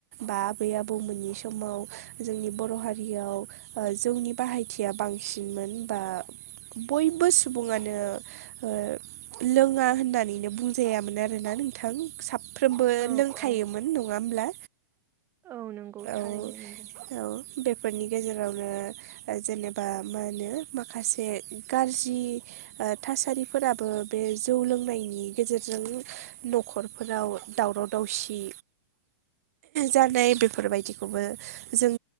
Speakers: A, on the right; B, on the right.
A: बा आबै आबौमोननि समाव जोंनि बर' हारियाव ओ जौनि बाहायथिया बांसिनमोन बा बयबो सुबुङानो ओ लोङा होननानैनो बुंजायामोन आरो ना नोंथां साब फ्रोमबो
B: औ
A: लोंखायोमोन
B: औ
A: नङा होमब्ला
B: औ नंगौ थारैनो
A: औ
B: नंगौ।
A: औ बेफोरनि गेजेरावनो ओ जेनेबा मा होनो माखासे गाज्रि ओ थासारि फोराबो बे जौ लोंनायनि गेजेरजों न'खरफोराव दावराव दावसि जानाय बेफोर बायदिखौबो जों